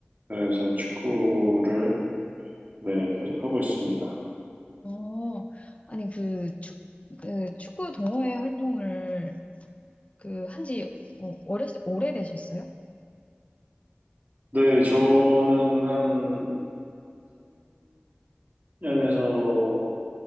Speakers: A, on the right; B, on the left.
A: 그래서 축구를, 네, 계속 하고 있습니다.
B: 어, 아니, 그, 축, 그, 축구 동호회 활동을, 그, 한지, 어, 어렸을 때 오래되셨어요?
A: 네, 저는 한 3년에서